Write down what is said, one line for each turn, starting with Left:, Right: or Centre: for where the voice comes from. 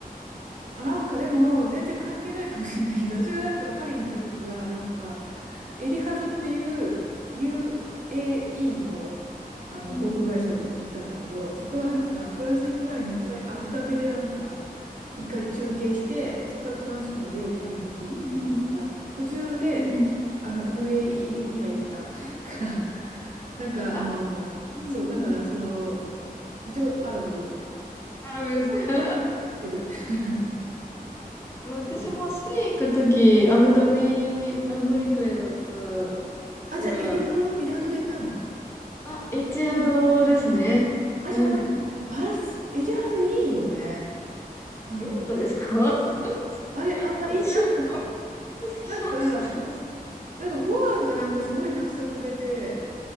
Left: う
Right: あ、なんかでも、全然関係ないかもしれないけど、私がなんかパリに行った時は、
Left: ん
Right: なんか、エディハドっていう UAE の、あの航空会社で行ったんだけど、
Left: うん
Right: そこがなんか、フランス行く前に一回アブダビでなんか、一回休憩して、そこからトランスファーでパリに行くっていう便だったから、
Left: うんうん
Right: 途中で、
Left: うんうんうんうん
Right: あの、UAE には行った <laughs> から、なんか、
Left: あ、
Right: あの、
Left: うんうん。
Right: そう、だから、その、一応アラブ
Left: アラブです。<laughs>
Right: はい。行ってる <laughs> っ
Left: 私もスペイン行くとき、
Right: て感じで。
Left: アブダビあ乗り換えだった
Right: あ、じゃあ、
Left: から、
Right: エリハドエリハドで行ったの
Left: あ、エチアドですね。
Right: あ、
Left: うん。
Right: じゃあ同じ。あれ、すエリハドいいよね。なんか、
Left: よかったですか <laughs>
Right: あれ、あんまりなんか、
Left: 私はあんま好きじゃなかったです。
Right: なんか、なんかご飯がなんかすごいたくさんくれて、